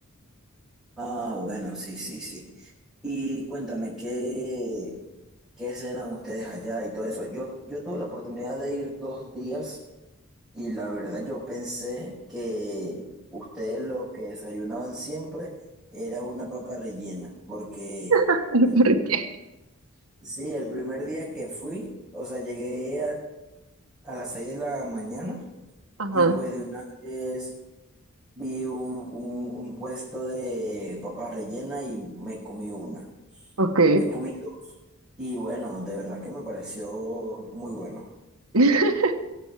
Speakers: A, in the centre; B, on the right.
A: Ah, bueno, sí, sí, sí. Y cuéntame, ¿qué, qué cenan ustedes allá y todo eso? Yo, yo tuve la oportunidad de ir dos días y la verdad yo pensé que ustedes lo que desayunaban siempre era una papa rellena, porque
B: <laughs>
A: el,
B: ¿Por qué?
A: sí, el primer día que fui, o sea, llegué a, a las seis de la mañana.
B: Ajá,
A: Y pues de una vez vi un, un- un puesto de papas rellenas y me comí una.
B: ok.
A: Me comí dos. Y bueno, de verdad que me pareció muy bueno.
B: <laughs>